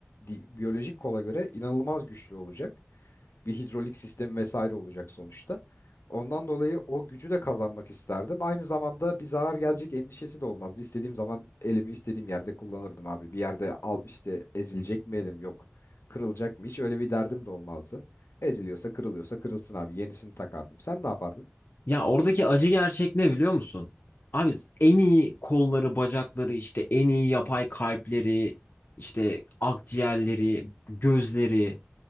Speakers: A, on the left; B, on the left.
A: di- biyolojik kola göre inanılmaz güçlü olacak. Bir hidrolik sistemi vesaire olacak sonuçta. Ondan dolayı o gücü de kazanmak isterdim. Aynı zamanda bir zarar gelecek endişesi de olmazdı. İstediğim zaman elimi istediğim yerde kullanırdım abi. Bir yerde al işte ezilecek mi elim yok. Kırılacak mı hiç öyle bir derdim de olmazdı. Eziliyorsa kırılıyorsa kırılsın abi. Yenisini takardım. Sen ne yapardın?
B: Ya oradaki acı gerçek ne biliyor musun? Abi en iyi kolları, bacakları, işte en iyi yapay kalpleri, işte akciğerleri, gözleri,